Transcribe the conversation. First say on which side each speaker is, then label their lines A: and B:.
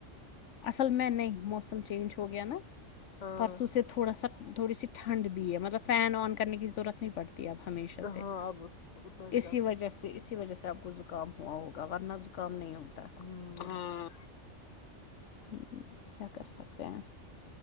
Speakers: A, on the left; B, on the left.
A: اصل میں نہیں موسم چینج ہو گیا نا
B: ہاں
A: پرسوں سے تھوڑا سا تھوڑی سی ٹھنڈ بھی ہے مطلب فین آن کرنے کی ضورت نہیں پڑتی ہے اب ہمیشہ سے
B: ہاں اب اتنا نہیں
A: اسی
B: آتا
A: وجہ سے اسی وجہ سے آپ کو زکام ہوا ہوگا ورنہ زکام نہیں ہوتا
B: ہے ہ
A: ہاں ہمم کیا کر سکتے ہیں